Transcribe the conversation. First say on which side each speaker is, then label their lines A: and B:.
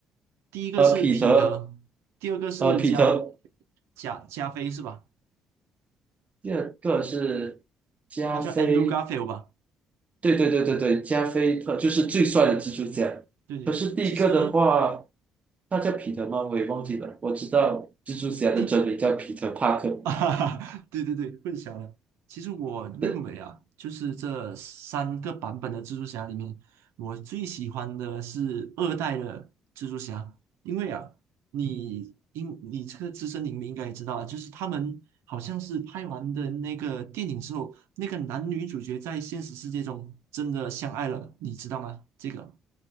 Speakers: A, on the right; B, on the right.
A: 第一个是彼得，
B: 呃，彼得，
A: 第二个是加
B: 呃，彼得，
A: 加加菲是吧？
B: 第二个是加菲。
A: 他叫 Andrew Garfield 吧？
B: 对对对对对，加菲特就是最帅的蜘蛛侠。
A: 对对，
B: 可是第一个的话，
A: 其实。
B: 他叫彼得吗？我也忘记了。我知道蜘蛛侠的真名叫彼得帕克，
A: 哎。啊，<laughs> 哈，对对对，混淆了。其实我认为啊，
B: 对，
A: 就是这三个版本的蜘蛛侠里面，我最喜欢的是二代的蜘蛛侠，因为啊，你应你这个资深影迷应该也知道啊，就是他们好像是拍完的那个电影之后，那个男女主角在现实世界中真的相爱了，你知道吗？这个。